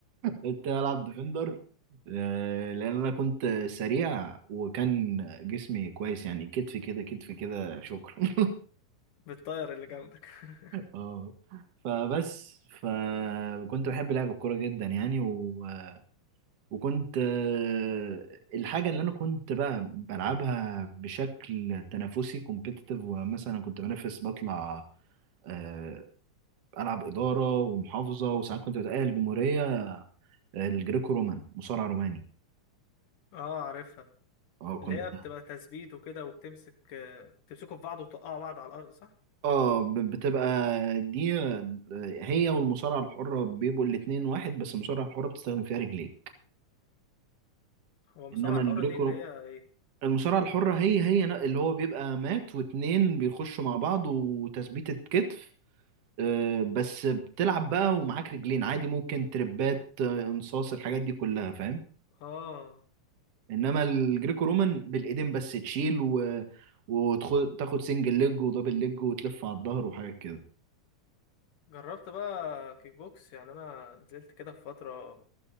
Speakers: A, on the right; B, on the left.
A: كنت بلعب ديفندر آه، لان انا كنت سريع وكان جسمي كويس يعني كتفي كده كتفي كده شكرا <laughs>
B: بالطاير اللي جنبك <laughs>
A: اه فبس فكنت بحب لعب الكورة جدا يعني و... وكنت آه، الحاجة اللي أنا كنت بقى بلعبها بشكل تنافسي كومبيتيتيف ومثلا كنت بنافس بطلع آه، ألعب إدارة ومحافظة وساعات كنت بتأهل الجمهورية آه، الجريكو رومان مصارع روماني
B: اه عارفها
A: اه كنت
B: اللي هي بتبقى تثبيت وكده وبتمسك آه، بتمسكوا في بعض وتوقعوا بعض على الارض صح
A: اه ب- بتبقى دي آه، هي والمصارعة الحرة بيبقوا الاتنين واحد بس المصارعة الحرة بتستخدم فيها رجليك
B: هو المصارعه
A: انما
B: الحره
A: الجريكو
B: دي اللي هي ايه
A: المصارعة الحرة هي هي ن- اللي هو بيبقى مات واتنين بيخشوا مع بعض وتثبيتة كتف آه، بس بتلعب بقى ومعاك رجلين عادي ممكن تربات آه، انصاص الحاجات دي كلها فاهم
B: اه
A: انما الجريكو رومان بالايدين بس تشيل و... وتاخد سنجل ليج ودبل ليج وتلف على الظهر وحاجات كده
B: جربت بقى كيك بوكس يعني انا نزلت كده في فتره